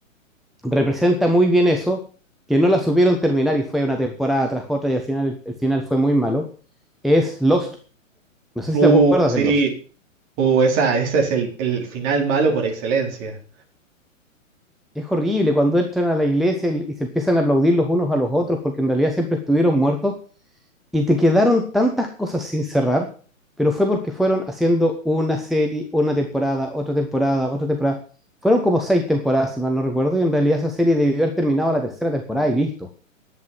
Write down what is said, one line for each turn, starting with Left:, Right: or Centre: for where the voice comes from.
Centre: representa muy bien eso, que no la supieron terminar y fue una temporada tras otra y al final el, el final fue muy malo, es Lost. No sé
Right: Uh,
Centre: si te acuerdas
Right: sí.
Centre: de Lost.
Right: Uh, esa, esa es el, el final malo por excelencia.
Centre: Es horrible cuando entran a la iglesia y, y se empiezan a aplaudir los unos a los otros porque en realidad siempre estuvieron muertos y te quedaron tantas cosas sin cerrar, pero fue porque fueron haciendo una serie, una temporada, otra temporada, otra temporada. Fueron como seis temporadas, si mal no recuerdo, y en realidad esa serie debió haber terminado la tercera temporada y listo.